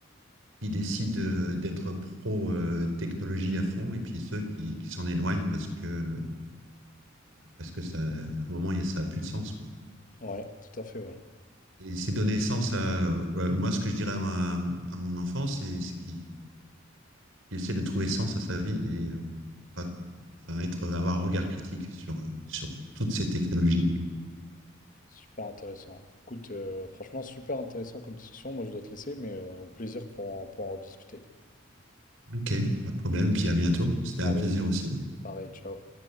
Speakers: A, on the right; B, on the left.
A: qui décident euh, d'être pro euh, technologie à fond et puis ceux qui, qui s'en éloignent parce que, parce que ça, à un moment, il y a- ça a plus de sens, quoi.
B: Ouais, tout à fait, ouais.
A: Et c'est donner sens à, voilà, moi, ce que je dirais à, ma- à mon enfant, c'est, c'est qu'il, qu'il essaie de trouver sens à sa vie et euh, pas, enfin, être, avoir un regard critique sur, euh, sur toutes ces technologies.
B: Super intéressant. Écoute, euh, franchement, super intéressant comme discussion. Moi, je dois te laisser, mais euh, au plaisir pour en- pour en discuter.
A: Ok, pas de problème. Puis à bientôt. C'était
B: Allez,
A: un plaisir aussi.
B: pareil, ciao.